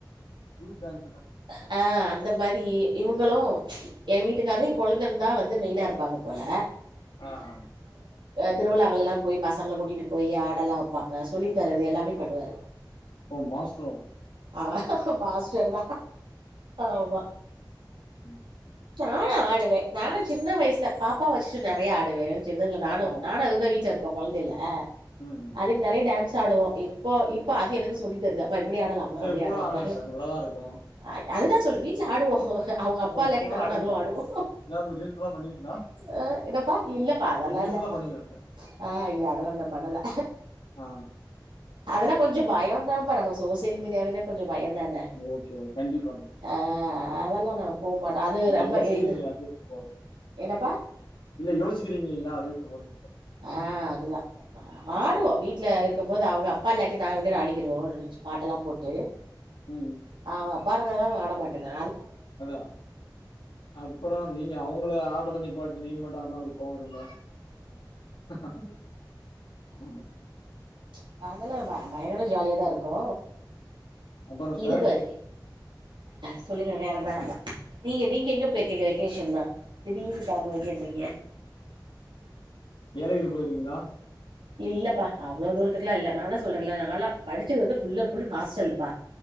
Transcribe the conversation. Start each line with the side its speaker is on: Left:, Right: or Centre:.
Left: குரூப் டான்சு
Right: ஹ அந்த மாரி இவங்களு எ வீட்டுக்காரு எ கொழந்தந்தா வந்து மெயினா இருப்பாங்க போல
Left: ஆஹ் ஆஹ்
Right: திருவிழாங்கல எல்லா போய் பசங்கள கூட்டிட்டு போய் ஆடெல்லா வப்பாங்க சொல்லி தரது எல்லாமே பண்ணுவாரு
Left: ஓ மாஸ்ட்ரோ
Right: ஆ ஹ ஹ ஹ மாஸ்டர் தா ஆமா
Left: <inaudible>
Right: நா ஆடுவே நா சின்ன வயசுல பாப்பாவ வச்சுட்டு நெறயா ஆடுவே சின்னதுல நானு
Left: ஆ
Right: நானு அது தா வீட்ல இருப்போ கொழந்தைல
Left: ம் ம்
Right: அதுக்கு நெறய டான்ஸ் ட்டு ஆடுவோ இப்போ இப்ப அது எனக்கு சொல்லி தருது அம்மா இப்டி ஆடலாமா
Left: சார்
Right: அப்டி
Left: இப்ப கூட
Right: ஆடலாமா
Left: ஆடலாங்க சார் நல்லாதா இருக்கு
Right: அ அதுதா சொல் வீட்ல ஆடுவோ ஹ ஹ அவுங்க அப்பா
Left: ஓ
Right: இல்லாட்டி
Left: இப்ப கூட
Right: நானு
Left: ஆடுவீங்க
Right: அதுவு ஆடுவோ
Left: இதா இந்த ரீல்ஸ்லா பண்ணுவீங்களா
Right: ஆ என்னப்பா இல்லப்பா அதெல்லா
Left: ரீல்ஸ்லா
Right: இல்லப்பா
Left: பண்ணுவீங்களா சார்
Right: ஆ இல்ல அதெல்லா நா பண்ணல
Left: ஆ
Right: அதெல்லா கொஞ்ச பயதாப்பா நம்ம சோசியல் மீடியாவனா கொஞ்ச பய தானே
Left: ஓகே கண்டிப்பா
Right: ஆ அதெல்லா நா போ மாட்டே அது
Left: ங்க
Right: ரொம்ப
Left: யோசிக்கிறீங்களயா
Right: இது
Left: அதுவே போது
Right: என்னப்பா
Left: இல்ல யோசிக்கிறீங்களயா அதுவே போது
Right: ஆ அதுதா ஆடுவோ
Left: ம்
Right: வீட்ல இருக்கு போது அவுங்க அப்பா இல்லாட்டி நாங்க இரண்டு பேரு ஆடிக்கிருவோ ச் பாட்டெல்லா போட்டு
Left: ம்
Right: அ அப்பா <unintelligible> ஆட மாட்டேந்தா
Left: அதா அப்பறோ நீங்க அவுங்கள ஆட்றதோ நிப் பாட் நீங்க மட்டு ஆடுனா அவருக்கு கோவ வருல ஆ ஆ ஆ ம்
Right: ச் அதெல்லா லா ப பயங்கர ஜாலியாதா இருக்கு
Left: அப்புறோ
Right: இதுக்கு
Left: சார்
Right: வ சொல்லுங்க வேறென்ன நீங்க நீங்க எங்க போயிருக்கீங்க வெகேஷ நா திடீனு கிளம்ப வங்கன்றீங்க
Left: ஏழையுர் போயிருக்கீங்ளா
Right: இல்லப்பா அவ்வளவு தூரத்துக்குலா இல்ல நா தா சொல்றேல நாலா படிச்சது வந்து புஃல் அண்ட் புல்லு ஹாஸ்டல்பா